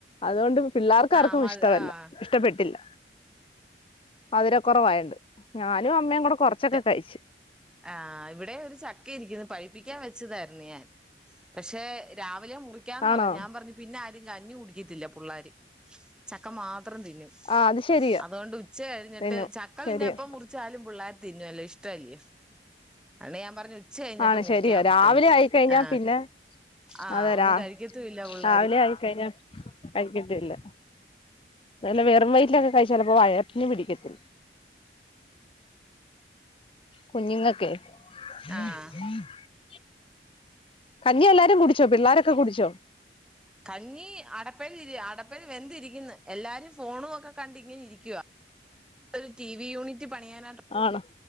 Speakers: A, on the left; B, in the centre.
A: അതുകൊണ്ട് പിള്ളേർക്കാർക്കും
B: ആഹ് മ
A: ഇഷ്ടം അല്ല
B: ആഹ്
A: ഇഷ്ടപ്പെട്ടില്ല മധുരം കൊറവായൊണ്ട് ഞാനും അമ്മയും കൂടെ കൊറച്ചൊക്കെ
B: ത്
A: കഴിച്ചു
B: ആ ഇവടെ ഒരു ചക്ക ഇരിക്കു പഴുപ്പിക്കാൻ വെച്ചതായിരു ന്നു ഞാൻ പക്ഷെ രാ രാവിലെ മുറിക്കാന്ന്
A: ആണോ
B: പറഞ്ഞു ഞാൻ പിന്നെ ആ കഞ്ഞി കുടിക്കത്തില്ല പുള്ളേര് ചക്ക മാ ത്രം തിന്നും
A: ആ അത് ശരിയാ
B: അതുകൊണ്ട് ഉച്ച കഴിഞ്ഞിട്ട്
A: തിന്നു
B: ചക്ക
A: ശരിയാ
B: പിന്നെ എപ്പോ മുറിച്ചാലും പിള്ളാ തിന്നല്ലോ ഇഷ്ടല്ലിയോ അതോണ്ടാ ഞാൻ പറഞ്ഞേ ഉച്ച കഴിഞ്ഞിട്ട്
A: ആണ്
B: മുറിക്കാ
A: ശരിയാ
B: നമുക്കെന്ന്
A: രാവിലെ ആയിക്കഴിഞ്ഞാ
B: ആ
A: പിന്നെ
B: ആഹ്
A: അതെ
B: ഒന്നും
A: രാ
B: കഴിക്കത്തൂല്ല പുള്ളേര്
A: രാവിലെ ആയിക്കഴിഞ്ഞാ കഴിക്കത്തില്ല വെല്ല വെറും വയറ്റിലൊക്കെ കഴിച്ച ചിലപ്പോ വയറ്റിന് പിടിക്കത്തില്ല കുഞ്ഞുങ്ങൾക്കേ ഹം
B: ആഹ്
A: <unintelligible> ഉ കഞ്ഞി എല്ലാരും കുടിച്ചോ പിള്ളാരൊക്കെ കുടിച്ചോ
B: കഞ്ഞി അടപ്പേല് അടപ്പേല് വെന്തിരിക്കുന്ന് എല്ലാവരും ഫോണും ഒക്കെ കണ്ട് ഇങ്ങനെ ഇരിക്കുവാ ഒരു ടി വി യൂണിറ്റ് പണിയാനായിട്ട്
A: ആണോ